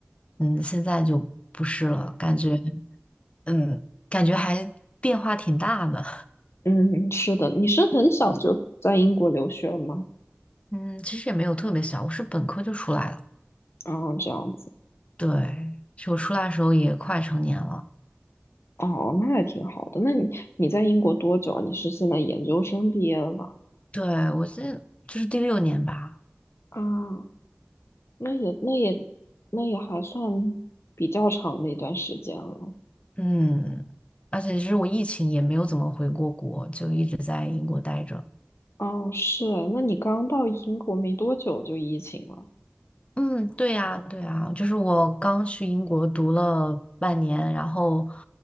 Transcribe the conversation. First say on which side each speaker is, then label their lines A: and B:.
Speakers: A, on the left; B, on the left.
A: 嗯，现在就不是了，感觉嗯，感觉还变化挺大的，
B: 嗯，是的，你是很小就在英国留学了吗？
A: <laughs> 嗯，其实也没有特别小，我是本科就出来了，
B: 啊，这样子。
A: 对，就我出来的时候也快成年了。
B: 哦，那也挺好的。那你你在英国多久啊？你是现在研究生毕业了吗？
A: 对，我是就是第六年吧，
B: 啊，那也那也那也还算比较长的一段时间了。
A: 嗯，而且其实我疫情也没有怎么回过国，就一直在英国待着。
B: 哦，是，那你刚到英国没多久就疫情了。
A: 嗯，对呀，对呀，就是我刚去英国读了半年，然后，